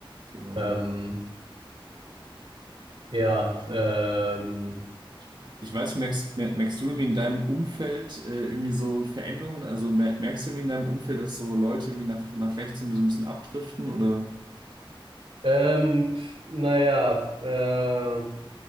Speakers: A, on the right; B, on the right.
A: genau.
B: Ähm, ja,
A: Ich,
B: ähm,
A: ich, ich weiß, merkst, mer- merkst du irgendwie in deinem Umfeld äh, irgendwie so Veränderungen? Also mer- merkst du irgendwie in deinem Umfeld, dass so Leute irgendwie nach, nach rechts irgendwie so ein bisschen abdriften oder?
B: ähm, pf, naja, äh,